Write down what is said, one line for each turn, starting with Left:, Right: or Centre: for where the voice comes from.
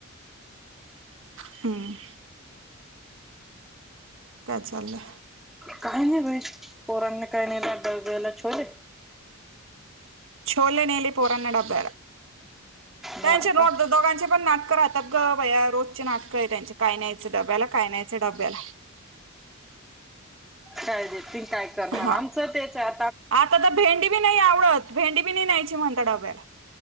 Right: हम् काय चाललं
Centre: काइ नइ बई पोरांनी काइ नेल डब्याला छोले
Right: छोले नेली पोरांनी डब्याला त्यांचे
Centre: हा
Right: द्रोज
Centre: का
Right: दोघांचे पण नाटकं राहतात ग बया रोजचे नाटकं य त्यां चे काय न्यायच डब्याला काय न्यायच डब्याला
Centre: काय देतील काय करणार
Right: हा
Centre: आमचं तेचाय
Right: आता तर भेंडी बी नाय आवडत भेंडी बी नइ न्यायची म्हणत डब्याला